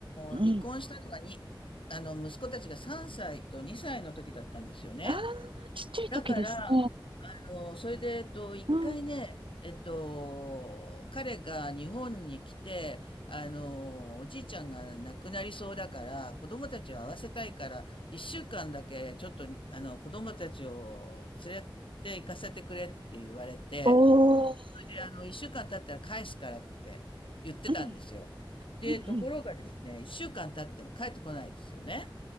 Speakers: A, on the right; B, on the left.
A: うん。
B: の離婚したのがに、あの、息子たちが3歳と2歳の時だったんですよね。
A: ああ、ちっちゃい時ですね。
B: だから、あの、それで、えっと、一回ね、
A: うん。
B: えっと、彼が日本に来て、あの、おじいちゃんが亡くなりそうだから、子供たちを会わせたいから、一週間だけ、ちょっと、あの、子供たちを連れて行かせてくれって言われて、
A: おー、
B: で、あの、一週間経ったら返すからって言ってたんですよ。
A: うん、
B: で、
A: うん、
B: ところがですね、一週間経っても帰ってこないんですよね。